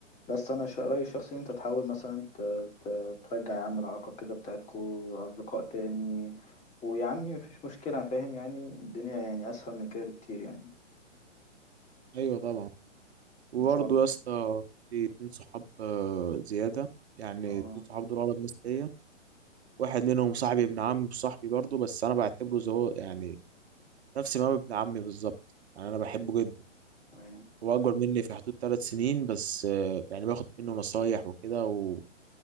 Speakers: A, on the left; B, on the right.
A: بس انا ش- رايي الشخصي ان انت تحاول مثلا ت- ت- ترجع يا عم العلاقات كده بتاعتكو اصدقاء تاني ويا عمي مفيش مشكله أنا فاهم يعني الدنيا يعني اسهل من كده بكتير يعني
B: ايوه طبعا وبرضه
A: ان شاء الله
B: يا اسطى في اتنين صحاب آه، زياده يعني
A: اه
B: اتنين صحاب دول اقرب ناس ليا واحد منهم صاحبي ابن عمي صاحبي برضه بس انا بعتبره زي هو يعني نفس ما هو ابن عمي بالظبط يعني انا
A: تمام
B: بحبه جدا
A: تمام
B: هو اكبر مني في حدود ثلاث سنين بس آه، يعني باخد منه نصايح وكده و-